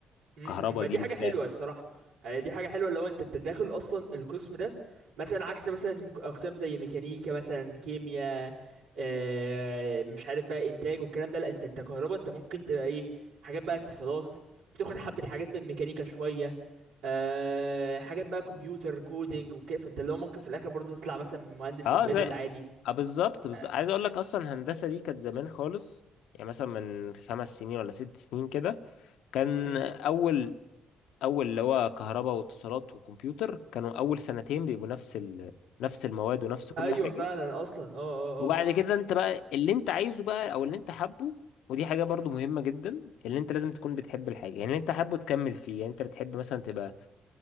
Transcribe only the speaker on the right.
امم ما
دي
حاجة حلوة الصراحة هي دي حاجة حلوة لو انت انت داخل اصلا القسم ده مثلا عكس مثلا اقسام زي ميكانيكا مثلا كيمياء آه مش عارف بقى انتاج والكلام ده لا انت انت كهربا انت ممكن تبقى ايه حاجات بقى اتصالات بتاخد حبة حاجات من ميكانيكا شوية آه حاجات بقى كمبيوتر كودينج وكده فانت لو ممكن في الاخر برضه تطلع مثلا مهندس
امبيدد
عادي
آه.
مم.
ايوه
فعلا اصلا اه اه
اه